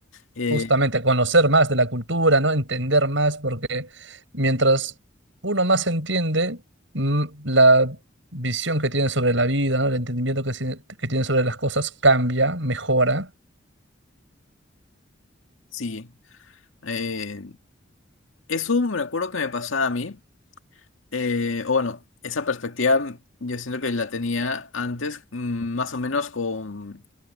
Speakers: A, on the left; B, on the right.
A: Eh,
B: Justamente, conocer más de la cultura, ¿no? Entender más, porque mientras uno más entiende, mm, la visión que tiene sobre la vida, ¿no? El entendimiento que, tiene- que tiene sobre las cosas cambia, mejora.
A: sí, eh, eso me acuerdo que me pasaba a mí, eh, o bueno, esa perspectiva yo siento que la tenía antes, mm, más o menos con